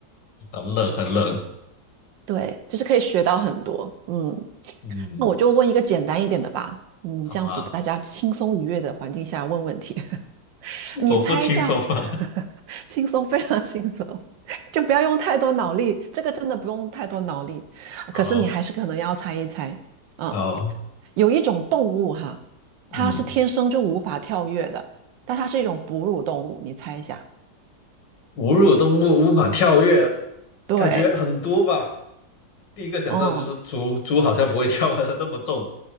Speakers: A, on the left; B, on the right.
A: <laughs> 很冷，很冷。
B: 对，就是可以学到很多。嗯，
A: 嗯，
B: 那我就问一个简单一点的吧，嗯，
A: 好啊，
B: 这样子大家轻松愉悦的环境下问问题。你猜一下，
A: 我不轻松吧？
B: <laughs> 轻松，非常轻松，<laughs> 就不要用太多脑力，这个真的不用太多脑力。
A: <laughs> 好，
B: 可是你还是可能要猜一猜，嗯，
A: 好，
B: 有一种动物哈，
A: 嗯，
B: 它是天生就无法跳跃的，但它是一种哺乳动物，你猜一下。
A: 哺乳动物无法跳跃，
B: 对，
A: 感觉很多吧。第一个想到的就是猪，
B: 嗯，
A: 猪好像不会跳啊，<laughs> 它这么重。